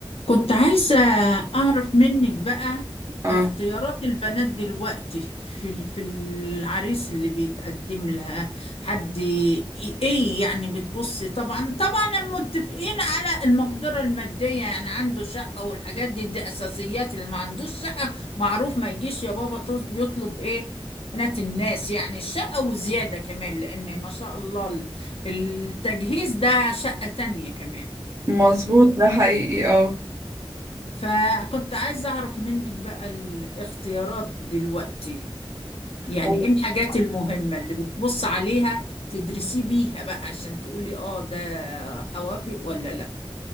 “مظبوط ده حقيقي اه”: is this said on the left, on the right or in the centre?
Right